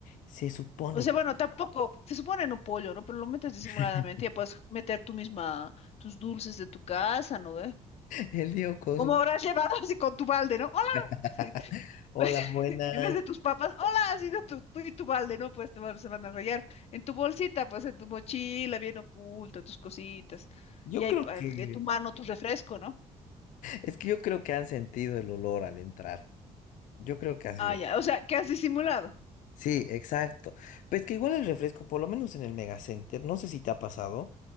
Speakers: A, on the left (about 85°); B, on the left (about 55°).
A: Se supone.
B: O sea, bueno, tampoco, se supone no pollo, ¿no? Pero lo metes disimuladamente,
A: <laughs>
B: ya puedes meter tú misma tus dulces de tu casa, ¿no ve?
A: El Diego Cosu.
B: ¿Cómo habrás llevado <laughs> así con tu balde, ¿no? ¡Hola!
A: <laughs>
B: <laughs>
A: Hola,
B: Pues,
A: buenas.
B: <laughs> En vez de tus papas, hola, ha sido tu- tú y tu balde, ¿no? Pues te van, se van a rayar. En tu bolsita, pues en tu mochila, bien oculta, tus cositas.
A: Yo
B: Y ahí
A: creo
B: pa-
A: que,
B: de tu mano tu refresco, ¿no?
A: es que yo creo que han sentido el olor al entrar. Yo creo que ha sido.
B: Ah, ya. O sea, ¿qué has disimulado?
A: Sí, exacto. Pues que igual el refresco, por lo menos en el Megacenter, no sé si te ha pasado,